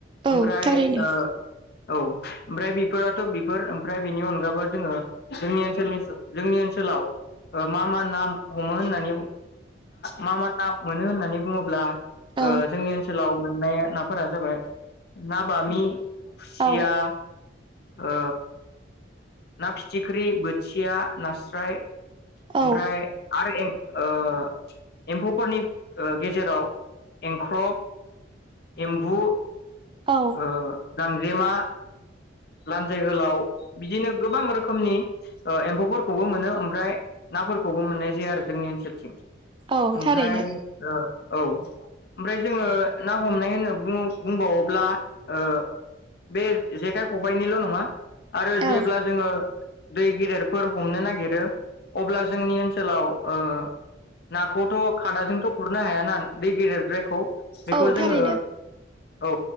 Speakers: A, on the right (about 25°); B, on the left (about 55°).
A: औ
B: ओमफ्राय
A: थारैनो
B: ओ औ। ओमफ्राय बेफोराथ' बेफोर ओमफ्राय बेनि अनगाबो जोङो जोंनि ओनसोलनि जोंनि ओनसोलाव मा मा ना हमो होननानै मा मा ना मोनो होननानै बुङोब्ला
A: औ
B: ओ जोंनि ओनसोलाव मोननाया नाफोरा जाबाय ना बामि खुसिया
A: औ
B: ओ ना फिथिख्रि, बोथिया, नास्राय। ओमफ्राय
A: औ
B: आरो एम ओ एम्फौफोरनि गेजेराव एंख्रब, एम्बु ओ
A: औ
B: गां जेमा लानजाय गोलाव बिदिनो गोबां रोखोमनि एम्फौफोरखौबो मोनो ओमफ्राय। नाफोरखौबो मोननाय जायो आरो जोंनि ओनसोलथिं।
A: औ
B: ओमफ्राय
A: थारैनो
B: ओ औ। ओमफ्राय जोङो ना हमनाय होनो बुङो बुंबावोब्ला ओ बे जेखाइ खबायनिल' नङा। आरो
A: औ
B: जेब्ला जोङो दै गेदेरफोर हमनो नागिरो। अब्ला जोंनि ओनसोलाव ओ नाखौथ' खादाजोंथ' उरनो हायान बे गेदेरद्रायखौ बेखौ
A: औ
B: जोङो
A: थारैनो
B: औ